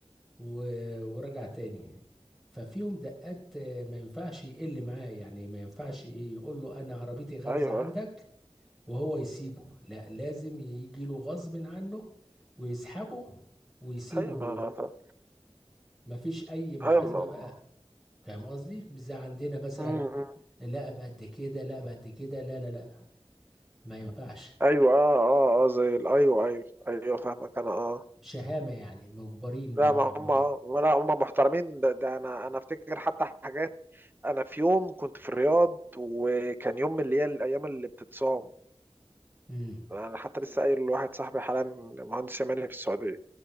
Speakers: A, in the centre; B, on the right.
A: و- ورجع تاني ففيهم دقات آه، ما ينفعش يقل معاه يعني ما ينفعش ايه يقول له انا عربيتي غارزة
B: ايوه
A: عندك وهو يسيبه لا لازم يجي له غصب عنه ويسحبه ويسيبه
B: ايوه ما
A: مفيش اي محاسبة
B: ايوه ما-
A: بقى فاهم قصدي مش زي عندنا مثلا
B: مم. مم.
A: لا بقد كده لا بقد كده لا لا لا ما ينفعش
B: ايوه اه اه اه زي ال- ايوه ايوه ايوه فاهمك انا اه
A: شهامة يعني مجبرين ان
B: لا
A: هم
B: ما
A: يعملوا
B: هم آه،
A: كده
B: لا هم محترمين ده, ده انا انا افتكر حتى حاجات انا في يوم كنت في الرياض وكان يوم من اللي هي الايام اللي بتتصام
A: امم
B: انا حتى لسه قايل لواحد صاحبي حالا مهندس يماني في السعوديه